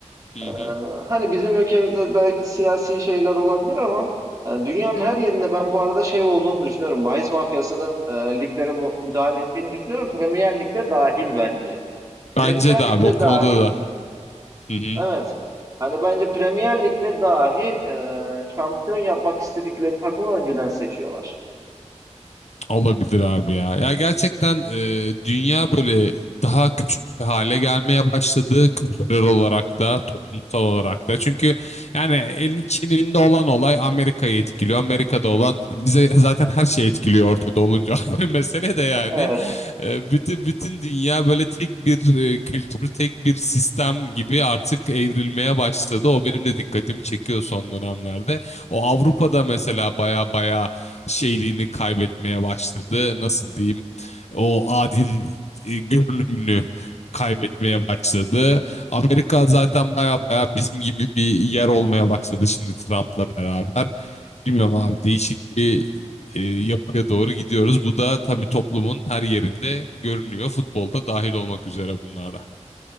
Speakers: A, on the left (about 65°); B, on the right (about 30°).
A: Hı
B: E,
A: hı.
B: hani bizim ülkemizde belki siyasi şeyler olabilir ama e, dünyanın her yerinde ben bu arada şey olduğunu düşünüyorum. Bahis mafyasının e, liglere mu- müdahale ettiğini düşünüyorum. Premier Lig'de dahil bence.
A: Bence
B: Premier
A: de abi
B: Lig'de
A: o konuda
B: dahi
A: da. Hı hı.
B: Evet. Hani bence Premier Lig'de dahi e, şampiyon yapmak istedikleri takımı önceden seçiyorlar.
A: Olabilir abi ya. Ya gerçekten e, dünya böyle daha küçük bir hale gelmeye başladı kültürel olarak da toplumsal olarak da. Çünkü yani elin Çin'inde olan olay Amerika'yı etkiliyor. Amerika'da olan bize zaten her şey etkiliyor ortada olunca. <laughs> Mesele de yani
B: Evet.
A: e, bütün bütün dünya böyle tek bir e, kültür, tek bir sistem gibi artık evrilmeye başladı. O benim de dikkatimi çekiyor son dönemlerde. O Avrupa'da mesela baya baya şeyliğini kaybetmeye başladı. Nasıl diyeyim? O adil e, görünümünü kaybetmeye başladı. Amerika zaten baya baya bizim gibi bir yer olmaya başladı şimdi Trump'la beraber. Bilmiyorum abi değişik bir e, yapıya doğru gidiyoruz. Bu da tabii toplumun her yerinde görünüyor. Futbolda dahil olmak üzere bunlarda.